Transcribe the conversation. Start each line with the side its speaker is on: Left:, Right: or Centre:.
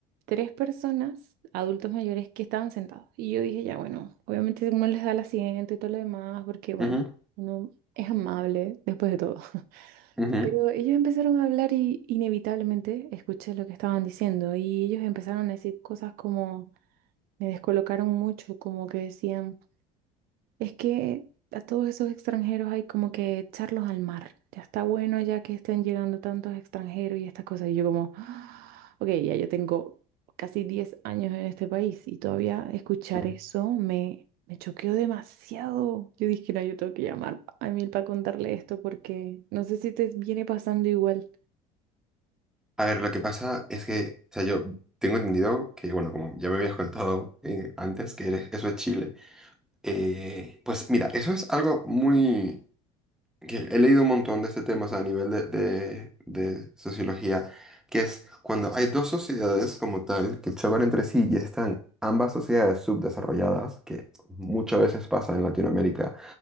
Right: tres personas, adultos mayores, que estaban sentados. Y yo dije, ya, bueno, obviamente uno les da el asiento y todo lo demás, porque bueno,
Centre: ujú,
Right: uno es amable después de todo. <laughs>
Centre: ujú,
Right: Pero ellos empezaron a hablar y inevitablemente escuché lo que estaban diciendo y ellos empezaron a decir cosas como, me descolocaron mucho, como que decían... Es que a todos esos extranjeros hay como que echarlos al mar. Ya está bueno ya que estén llegando tantos extranjeros y estas cosas. Y yo como, <gasps> "Ah, ok, ya yo tengo casi 10 años en este país y todavía escuchar
Centre: ujú.
Right: eso me, me choqueó demasiado. Yo dije, no, yo tengo que llamar a Emil para contarle esto porque no sé si te viene pasando igual.
Centre: A ver, lo que pasa es que, o sea, yo tengo entendido que, bueno, como ya me habías contado eh, antes, que eres- eso es Chile. Eh, pues mira, eso es algo muy... que he leído un montón de este tema, o sea, a nivel de, de, de sociología, que es cuando hay dos sociedades como tal que chocan entre sí y están ambas sociedades subdesarrolladas, que muchas veces pasa en Latinoamérica